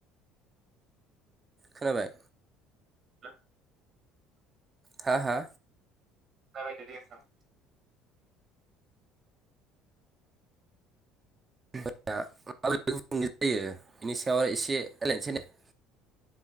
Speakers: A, on the right; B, on the right.
A: खोनाबाय
B: <unintelligible>
A: हा हा
B: जागायदो दे नोंथां
A: <unintelligible> बेनि सायाव एसे रायज्लायनोसै नेे